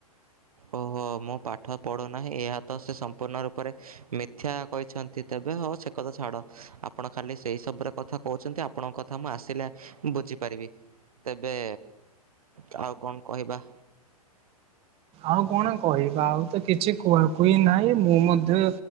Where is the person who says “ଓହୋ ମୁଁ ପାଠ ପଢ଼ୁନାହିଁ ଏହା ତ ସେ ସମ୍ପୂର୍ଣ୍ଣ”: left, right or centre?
Right